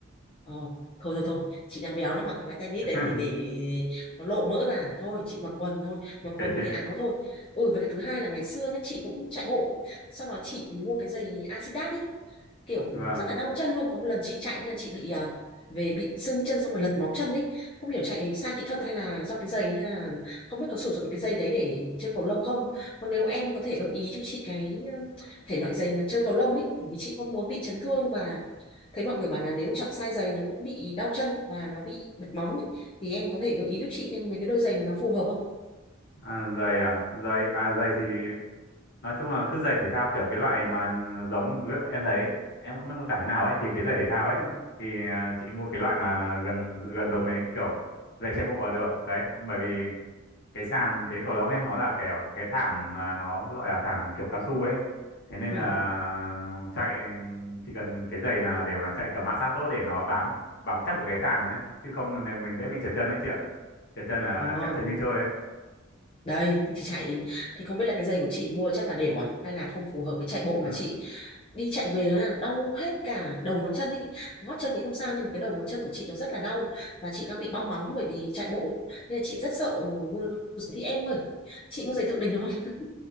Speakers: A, on the left; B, on the left.
A: Ồ, thôi thôi thôi, chị đang béo lắm mặc cái váy tennis
B: <laughs>
A: đấy thì để nó lộ mỡ ra à? thôi, chị mặc quần thôi, mặc
B: kể
A: quần với
B: chị
A: cái áo thôi. Ừ với cả thứ hai là ngày xưa nhá, chị cũng chạy bộ. Sau đó chị thì mua cái giày Adidas ấy kiểu
B: vâng
A: rất là đau chân luôn có một lần chị chạy thế là chị bị à, về bị sưng chân xong rồi lật móng chân ấy không hiểu chạy sai kỹ thuật hay là do cái giày hay là không biết có sử dụng được cái giày đấy để chơi cầu lông không còn nếu em có thể gợi ý cho chị cái um, thể loại giày mà chơi cầu lông ấy bởi vì chị không muốn bị chấn thương và thấy mọi người bảo là nếu chọn sai giày nó cũng bị đau chân và nó bị bật móng ấy. thì em có thể gợi ý giúp chị thêm mấy cái đôi giày mà nó phù hợp không
B: À, giày à giày à giày thì nói chung là cứ giày thể thao kiểu cái loại mà ờ, giống em thấy em không biết mô tả thế nào ấy thì cái giày thể thao ấy
A: ừ
B: thì à, chị mua cái loại mà gần gần giống mấy kiểu giày chạy bộ là được đấy bởi vì cái sàn cái cầu lông ấy nó là kiểu cái thảm mà nó gọi là thảm kiểu cao su ấy thế nên
A: ừ
B: là chạy chỉ cần cái giày là để mà chạy kiểu ma sát tốt để nó bám bám chắc vào cái sàn ấy chứ không là mình dễ bị trượt chân đấy chị ạ trượt chân là
A: à,
B: trẹo chân như chơi ấy
A: đây thì chị chạy thì không biết là cái giày của chị mua chắc là đều à hay là không phù hợp với chạy bộ
B: Ừ,
A: mà chị đi chạy về là đau hết cả đầu ngón chân ý gót chân thì không sao nhưng mà cái đầu ngón chân của chị nó rất là đau và chị đang bị bong móng bởi vì chạy bộ nên là chị rất sợ ừ, mua giày thì em ơi chị mua giày thượng đình được không <laughs>